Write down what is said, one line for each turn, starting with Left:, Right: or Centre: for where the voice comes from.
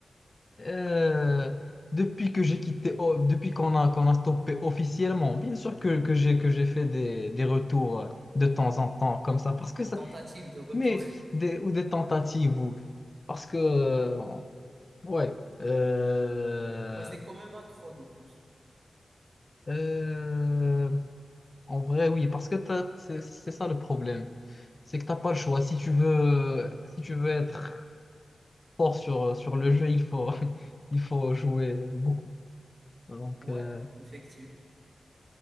Left: Euh, depuis que j'ai quitté, oh, depuis qu'on a, qu'on a stoppé officiellement, bien sûr que, que j'ai, que j'ai fait des, des retours euh, de temps en temps comme ça, parce que
Right: Des
Left: ça,
Right: tentatives de retour
Left: mais des, ou des tentatives, ou parce que, euh, ouais, euh,
Right: Ouais, c'est quand même accro Dofus.
Left: euh, en vrai, oui, parce que t'as- c'est c'est ça le problème, c'est que t'as pas le choix. Si tu veux, si tu veux être fort sur, sur le jeu, il faut, <laughs> il faut jouer beaucoup. Donc,
Right: Ouais,
Left: euh,
Right: effectivement.